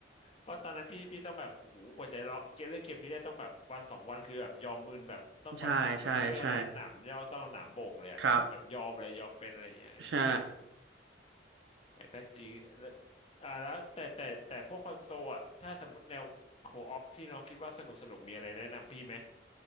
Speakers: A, on the left; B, on the right.
A: เพราะตอนนั้นพี่พี่ต้องแบบโอ้โหกว่าจะเลาะเกมเล่นเกมนี้ได้ต้องแบบวันสองวันคือแบบยอมมึนแบบต้องแบบเอาเหมือนเขาเรียกว่านะหนามย่อต้องหนามบ่งเลยอะแบบยอมเลยยอมเป็นอะไรอย่างเงี้ยเออ
B: ใช่ใช่ใช่ครับใช่
A: แต่ก็จริงแล้วอ่าแล้วแต่แต่แต่พวกคอนโซลอะถ้าสมมติแนวโคออปที่น้องคิดว่าสนุกสนุกมีอะไรแนะนำพี่ไหม